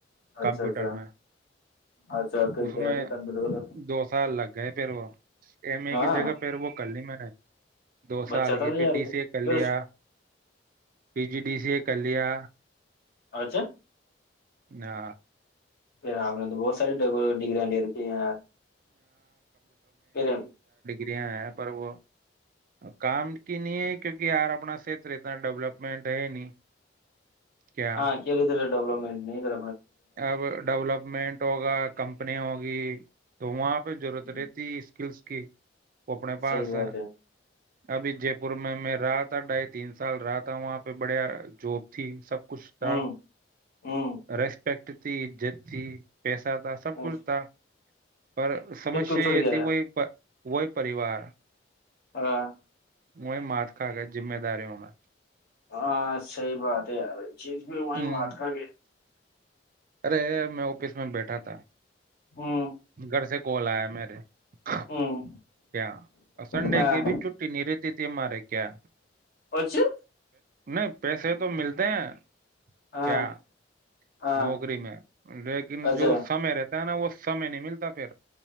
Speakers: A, on the left; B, on the right.
A: اچھا
B: کمپیوٹر
A: اچھا
B: میں
A: اچھا پھر
B: اس
A: کیا
B: میں
A: ہے کہ کمپیوٹر
B: دو سال لگ گئے پھر وہ ایم اے
A: ہاں
B: کی جگہ پھر وہ ک نہیں میں رہے دو
A: بچہ
B: سال
A: تھا
B: کی
A: یار
B: پھر ڈی سی ا کر
A: پھر
B: لیا
A: اس
B: پی جی ڈی سی ا کر لیا
A: اچچا
B: نہ
A: پھر آپ نے تو بہت ساری ڈگگریاں لے رکھی ہیں یار پھر
B: ہے پر وہ کام کی نہیں ہے کیونکہ یار اپنا کھیتر اتنا ڈولپمنٹ ہے نہیں کیا
A: ہاں کدرا ڈیپمٹ نہیں کر
B: اب ڈیولپمنٹ ہوگا کمپنی ہوگی تو وہاں پ ضرورت
A: ہوں،
B: رہتی اسکلس کی وہ اپنے پاس
A: صحیح بات
B: ہے <unintelligible> ابھی جے پور میں میں رہا تھا ڈھائی تین سال رہا تھا وہاں پہ بڑھیا جب تھی سب کچھ تھا
A: ہوں
B: <unintelligible>
A: ہوں
B: رس <unintelligible> پرکتی جتی <unintelligible> پیسہ تھا سب
A: ہوں،
B: کچھ تھا <unintelligible> پر سمسیا
A: پھر کیوں چھوڑ
B: یہتی
A: گیا ہے؟
B: وہئی <unintelligible> وہی پریوار <unintelligible>
A: ہاں <unintelligible>
B: وہی مات کھ گ ذمہ داری ہونا <unintelligible>
A: ہاں صحی بات ہے یار <unintelligible> چیج بھی وہیں
B: ہوں
A: ماتھا گیا <unintelligible>
B: ارے میں آفس میں بیٹھا تھا
A: ہوں
B: <unintelligible> گھر سے کال آیا میرے کیا
A: ہوں
B: سنڈے
A: ہاں
B: کی بھی چھٹی نہیں رہتی تھی ہمارے <unintelligible> کیا <unintelligible>
A: اورھ <unintelligible>
B: نہیں <unintelligible> پیسے تو ملتے ہیں
A: ہاں
B: کیا <unintelligible>
A: ہاں
B: نوکری میں لیکن
A: اچھا
B: جو سمے رہتا ہے نا وہ <unintelligible> سمے نہیں ملتا پھر <unintelligible>